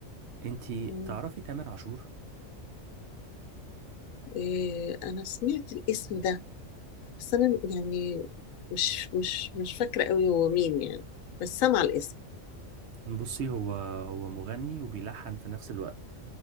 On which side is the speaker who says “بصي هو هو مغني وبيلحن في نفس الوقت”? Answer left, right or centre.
Right